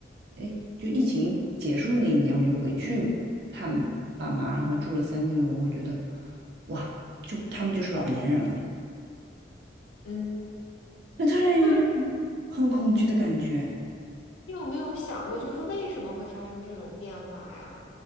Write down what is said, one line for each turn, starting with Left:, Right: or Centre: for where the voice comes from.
Right: 哎，就疫情结束那一年，我就回去看爸妈，然后住了三个月，我会觉得，哇，就他们就是老年人了，
Left: 嗯，
Right: 就突然有一种
Left: 那
Right: 很恐惧的感觉。
Left: 你有没有想过，就是为什么会发生这种变化呀？